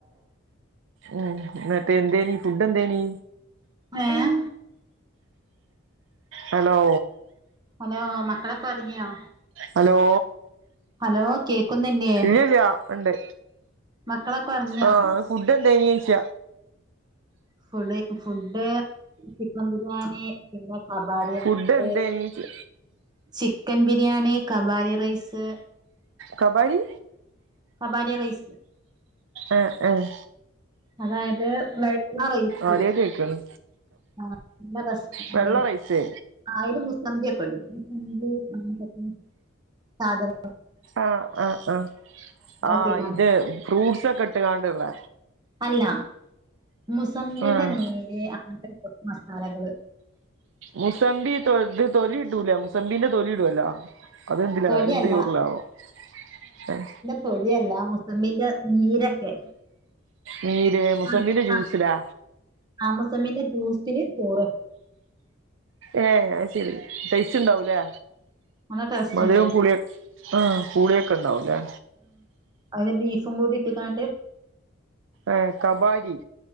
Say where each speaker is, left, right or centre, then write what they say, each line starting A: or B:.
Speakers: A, on the right; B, on the right.
A: ഉം ന്നട്ട് എന്തേനി ഫുഡന്തേനി
B: ഏഹ്
A: ഹലോ
B: ഹലോ മക്കളൊക്കൊർങ്ങിയോ
A: ഹലോ
B: ഹലോ കേക്കുന്നില്ലേ
A: ഇല്ലില്ല ഉണ്ട്
B: മക്കളൊക്കെ ഒർങ്ങിയോ
A: ആഹ് ഫുഡ് എന്തയ്നോച്ച
B: ഫുഡ് ഫുഡ് ചിക്കൻ ബിരിയാണി പിന്നെ കബാരിയ
A: ഫുഡ്
B: പുട്ട്
A: എന്തേനി ചോയ്ച്ച്
B: ചിക്കൻ ബിരിയാണി കബാരി റൈസ്
A: കബാലി
B: കാബാരി റൈസ്
A: ഏഹ് എഹ്
B: അതായത് വെള്ള റൈസ്
A: ആദ്യായിട്ട് കേക്കാണ്
B: <unintelligible>
A: വെള്ള റൈസ്
B: ആയില് മുസമ്പി ഒക്കെ ഇടും മുസമ്പി <unintelligible> സാധന
A: ആഹ് ആഹ് ആഹ് ആഹ്
B: <unintelligible>
A: ഇത് ഫ്രൂട്ട്സ് ഒക്കെട്ട്ങ്ങാണ്ടുള്ള
B: അല്ല മുസമ്പിന്റെ
A: ആഹ്
B: നീര് അങ്ങനത്തെ ഒക്കെ ഓരോ മസാലകള്
A: മുസബി ഇത് തോലിയിട്ടൂലെ മുസബീന്റെ തോലിയിടല്ലോ അതെന്ത്‌ലാ
B: തൊലിയല്ല
A: എന്ത് ചോറ് ലാഭം ഏ
B: തൊലിയല്ല മുസമ്പിന്റെ നീരൊക്കെ
A: നീര്
B: <unintelligible>
A: മുസമ്പിന്റെ ജ്യൂസിലാ
B: മുസമ്പിന്റെ ജ്യൂസിൽ ചോർ
A: ഏയ് അത് ശെരി ടേസ്റ്റ് ഇണ്ടാവൂലേ
B: നല്ല ടേസ്റ്റ്
A: മധുരം
B: ഉണ്ട്
A: പുളി ഒക്കെ ആഹ പുളിയൊക്കെ ഇണ്ടാവും അല്ലേ
B: അയില് ബീഫും കൂടി ഇട്ട്കാണ്ട്
A: ഏ കബാരീ